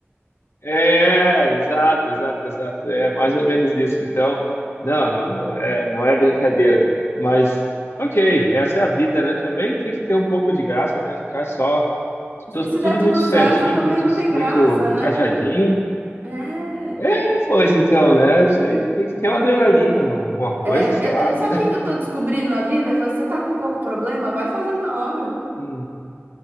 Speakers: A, on the left; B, on the right.
A: É, exato, exato, exato. É mais ou menos isso. Então, não, não, não é, não é brincadeira. Mas, ok, essa é a vida, né? Também tem que ter um pouco de graça, né? Ficar só tu-
B: Se
A: tudo
B: der tudo
A: muito certinho,
B: certo, também
A: muito,
B: não tem
A: muito
B: graça, né?
A: encaixadinho.
B: É.
A: É, pois então, né? Isso aí Tem que ter uma adrenalina, não, alguma coisa,
B: é
A: sei lá.
B: eu, eu- sabe o que que eu tô descobrindo na vida? Eu falo, Você tá com pouco problema? Vai fazer uma obra.
A: Hum.